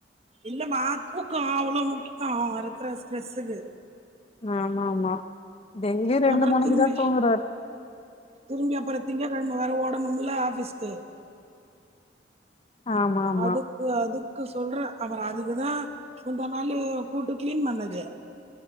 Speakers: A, on the right (about 35°); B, on the left (about 35°).
A: இல்லமா தூக்கம் அவ்ளோ முக்கியம் அவ இருக்குற ஸ்ட்ரெஸ்ஸுக்கு
B: ஆமா ஆமா டெய்லி ரெண்டு
A: அப்புற
B: மணிக்குதா
A: திரும்பி
B: தூங்குறாரு
A: திரும்பி அப்புறம் திங்க கெழம்ம வேற ஓடணுமுல்ல ஆஃபீஸ்க்கு
B: ஆமா ஆமா
A: அதுக்கு அதுக் அதுக்கு சொல்றே அவரு அதுக்குதா முந்தா நாளு கூட்டு க்ளீன் பண்ணது